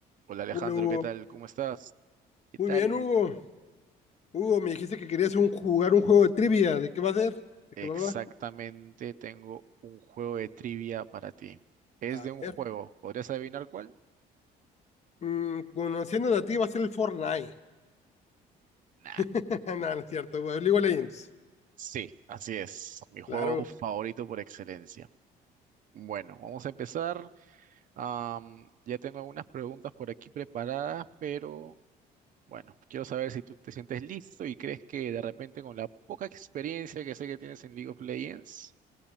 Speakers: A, on the right; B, on the left.
A: Hola Alejandro,
B: Uno, Hugo.
A: ¿qué tal? ¿Cómo estás? ¿Qué
B: Muy
A: tal?
B: bien, Hugo. Hugo, me dijiste que querías un- jugar un juego de trivia. ¿De qué va a ser? ¿De
A: Exactamente,
B: qué va a ser?
A: tengo un juego de trivia para ti. Es
B: A
A: de un
B: ver.
A: juego. ¿Podrías adivinar cuál?
B: Mm, conociéndote a ti, va a ser el Fortnite.
A: Nah.
B: <laughs> No, no es cierto, güey. League of Legends.
A: Sí, así es. Mi juego
B: Claro.
A: favorito por excelencia. Bueno, vamos a empezar. Am, ya tengo algunas preguntas por aquí preparadas, pero bueno, quiero saber si tú te sientes listo y crees que de repente con la poca experiencia que sé que tienes en League of Legends,